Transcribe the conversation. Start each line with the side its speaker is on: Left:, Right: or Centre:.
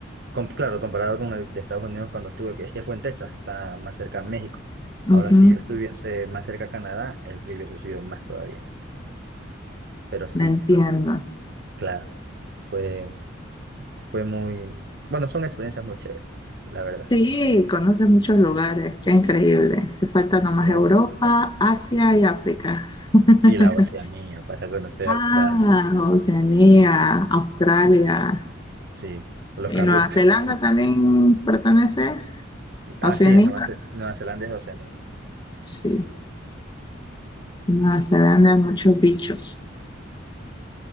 Right: Com- claro, comparado con el de Estados Unidos cuando estuve, que es que fue en Texas, está más cerca a México.
Left: Ujú,
Right: Ahora, si yo estuviese más cerca a Canadá, el frío hubiese sido más todavía. Pero sí,
Left: Me entiendo.
Right: claro, fue, fue muy, bueno, son experiencias muy chéveres, la verdad.
Left: Sí, conoces muchos lugares, qué increíble. Te falta nomás
Right: Claro.
Left: Europa, Asia y África. <laughs>
Right: Y la <laughs> Oceanía, para conocer
Left: Ah,
Right: Australia,
Left: Oceanía, Australia
Right: sí, los
Left: y
Right: canguros.
Left: Nueva Zelanda también pertenece.
Right: Ah,
Left: a Oceanía.
Right: sí, en Nueva, Ce- Nueva Zelanda es Oceanía,
Left: Sí, en Nueva Zelanda hay muchos bichos,